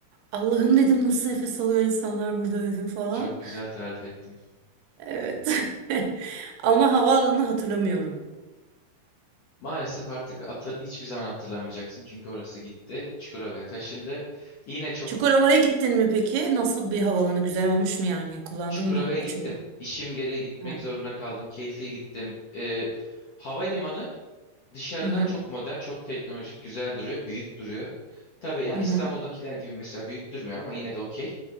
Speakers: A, on the right (about 80°); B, on the left (about 65°).
A: Allah'ım dedim nasıl nefes alıyor insanlar burada dedim falan.
B: Çok güzel tarif ettin.
A: Evet. <laughs> Ama havaalanını hatırlamıyorum.
B: Maalesef artık hatır, hiçbir zaman hatırlamayacaksın. Çünkü orası gitti. Çukurova'ya taşındı. Yine çok
A: Çukurova'ya gittin mi peki? Nasıl bir havalanı? Güzel olmuş mu yani? Kullandın
B: Çukurova'ya
A: mı?
B: gittim.
A: Açıldı.
B: İşim gereği gitmek
A: Ha.
B: zorunda kaldım. Keyfiye gittim. Ee, havalimanı dışarıdan
A: Hı hı.
B: çok modern, çok teknolojik, güzel duruyor, büyük duruyor. Tabii yani
A: Hı hı.
B: İstanbul'dakiler gibi mesela büyük durmuyor ama yine de okey.